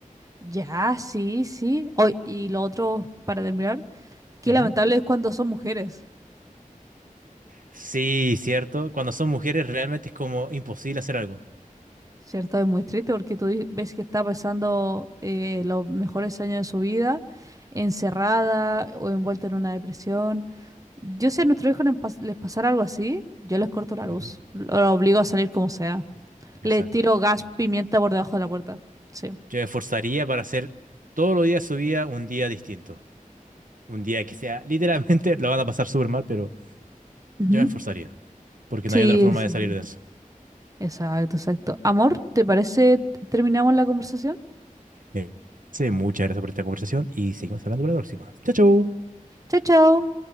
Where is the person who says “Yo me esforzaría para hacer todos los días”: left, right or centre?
Right